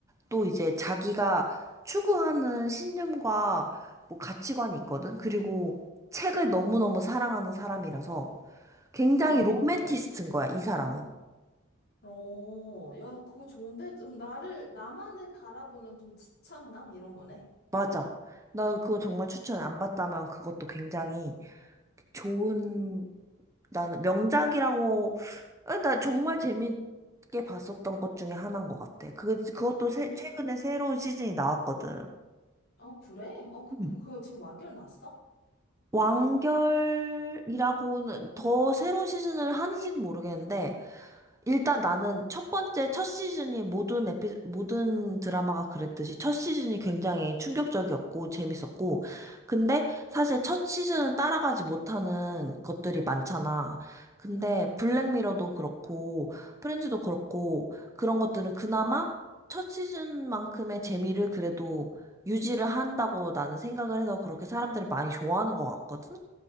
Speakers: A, on the right; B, on the left.
A: 또 이제 자기가 추구하는 신념과 뭐 가치관이 있거든. 그리고 책을 너무너무 사랑하는 사람이라서 굉장히
B: 음.
A: 로맨티스트인 거야, 이 사람은.
B: 어, 야, 그거 좋은데? 좀 나를, 나만을 바라보는 좀 집착남? 이런 거네.
A: 맞아. 나 그거 정말 추천 안 봤다면 그것도 굉장히 좋은 나는 명작이라고 아, 나 정말 재밌게 봤었던 것 중에 하나인 것 같아. 그, 그것도 새,
B: 음.
A: 최근에 새로운 시즌이 나왔거든.
B: 아, 그래? 어, 그거,
A: 음.
B: 그거 그거 지금 완결 났어?
A: 완결이라고는 더 새로운 시즌을 하는지는 모르겠는데, 일단 나는 첫 번째, 첫 시즌이 모든 에피, 모든 드라마가 그랬듯이 첫 시즌이 굉장히 충격적이었고 재밌었고, 근데 사실 첫 시즌을 따라가지 못하는 것들이 많잖아. 근데
B: 음.
A: 블랙미러도 그렇고, 프렌즈도 그렇고, 그런 것들은 그나마 첫 시즌만큼의 재미를 그래도 유지를 한다고 나는 생각을 해서 그렇게 사람들이 많이 좋아하는 것 같거든?